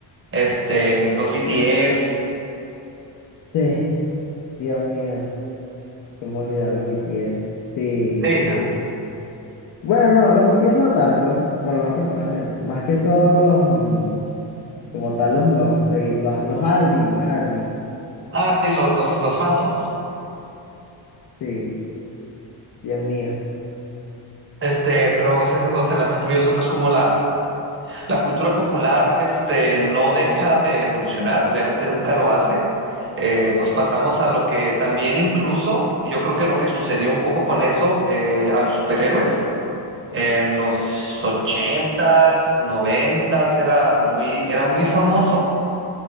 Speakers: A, on the right (about 25°); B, on the left (about 45°).
A: este, los BTS.
B: Sí, Dios mío, cómo olvidar los BTS. Sí.
A: Sí,
B: Bueno, no, los BTS no tanto, por lo menos personalmente. Más que todos los, mm, como tal, los, los, segui- los, los ARMY, las ARMY.
A: Ah, sí, lo- los, los fandoms.
B: Sí, Dios mío.
A: Este, pero sí, digo, se me hace curioso, pues, como la, la cultura popular, este, no deja de evolucionar, obviamente nunca lo hace. Eh, pues pasamos a lo que también incluso, yo creo que lo que sucedió un poco con eso, eh, a los superhéroes, en los ochentas, noventas, era muy, era muy famoso,